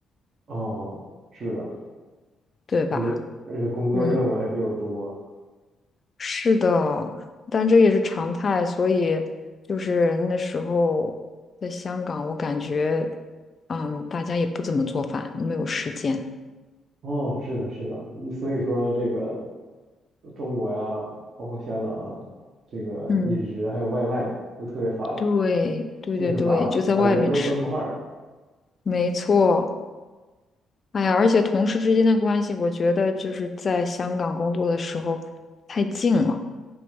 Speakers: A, on the right; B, on the left.
A: 哦，是的，
B: 对吧？
A: 而且而且工作任务还比较多。
B: 嗯，是的，但这也是常态，所以就是那时候在香港，我感觉，嗯，大家也不怎么做饭，没有时间。
A: 哦，是的，是的，所以说这个中国呀，包括香港啊，这个饮食还有外卖都特别发达，
B: 嗯，对，对对对，
A: 就是把把人都分块儿了，
B: 就在外面吃，没错。哎呀，而且同事之间的关系，我觉得就是在香港工作的时候太近了。